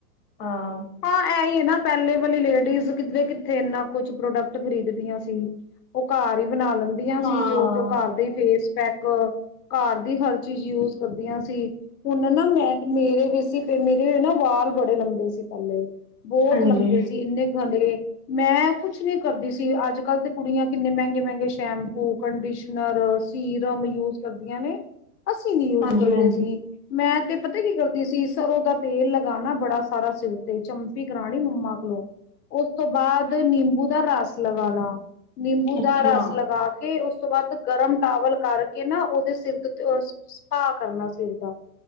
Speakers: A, on the left; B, on the left.
A: ਹਾਂ
B: ਹਾਂ ਇਹ ਹੀ ਹੈ ਨਾ ਪਹਿਲੇ ਵਾਲੀ ਲੇਡੀਜ਼ ਕਿਧੇ ਕਿੱਥੇ ਇੰਨਾ ਕੁਛ ਪ੍ਰੋਡਕਟ ਖਰੀਦੀਆਂ ਸੀ। ਸੀ ਉਹ ਘਰ ਹੀ ਬਣਾ ਲੈਂਦੀਆਂ
A: ਹਾਂ
B: ਸੀ ਜੋ ਜੋ ਘਰ ਦੇ ਫੇਸ ਪੈਕ ਘਰ ਦੀ ਹਰ ਚੀਜ਼ ਯੂਜ ਕਰਦੀਆਂ ਸੀ। ਹੁਣ ਨਾ ਮੈਂ ਮੇਰੇ ਵੀ ਸੀ ਮੇਰੇ ਵੀ ਨਾ ਵਾਲ ਬੜੇ ਲੰਬੇ ਸੀ। ਬਹੁਤ
A: ਹਾਂਜੀ
B: ਲੰਬੇ ਸੀ ਇੰਨੇ ਗਣੇ ਮੈਂ ਕੁਛ ਨੀ ਕਰਦੀ ਸੀ ਅੱਜ ਕੱਲ ਤੇ ਕੁੜੀਆਂ ਕਿੰਨੇ ਮਹਿੰਗੇ-ਮਹਿੰਗੇ ਸ਼ੈਂਪੂ ਕੰਡੀਸ਼ਨਰ ਸੀਰਮ ਯੂਜ ਕਰਦੀਆਂ ਨੇ। ਅਸੀਂ ਨੀ ਯੂਜ
A: ਹਾਂਜੀ
B: ਕਰਦੇ
A: ਹਾਂਜੀ
B: ਸੀ ਮੈਂ ਤੇ ਪਤਾ ਕੀ ਕਰਦੀ ਸੀ ਸਰੋਂ ਦਾ ਤੇਲ ਲਗਾਾਨ ਬੜਾ ਸਾਰਾ ਸ ਤੇ ਚਮਪੀ ਕਰਾਉਣੀ ਮੰਮਾ ਕੋਲੋਂ ਉਸ ਤੋਂ ਬਾਅਦ ਨਿੰਬੂ ਦਾ ਰਸ ਲਗਾਣਾ ਨਿੰਬੂ
A: ਅੱਛਾ
B: ਦਾ ਰਸ ਲਗਾ ਕੇ ਉਸ ਤੋਂ ਬਾਅਦ ਗਰਮ ਟਾਵਲ ਕਰਕੇ ਨਾ ਉਹਦੇ ਸਿਰ ਤੇ ਉਹ ਸਪਾ ਕਰਨਾ ਸਿਰ ਦਾ।